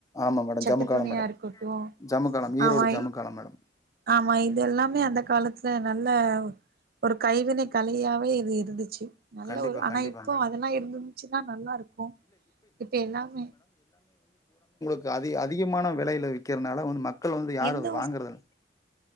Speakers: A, on the left; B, on the right.
A: ஆமா மேடம்.
B: சட்ட
A: ஜமுக்காலம்
B: துணியா
A: மேடம்.
B: இருக்கட்டும்
A: ஜமுக்காலம் ஈரோடு
B: ஆமா
A: ஜமுக்காலம் மேடம்.
B: ஆமா இது எல்லாமே அந்த காலத்துல நல்ல ஒரு கைவினை கலையாவே இது இருந்துச்சு நல்ல
A: கண்டிப்பா,
B: ஒரு ஆனா
A: கண்டிப்பா
B: இப்போ
A: மேடம்.
B: அதெல்லாம் இருந்தந்துச்சுன்னா நல்லா இருக்கும் இப்ப எல்லாமே
A: கு அதே அது அதிகமான வெலையில விறக்கிறதுனால வந்து மக்கள் வந்து யாரும்
B: எந்த
A: அது வாங்கறது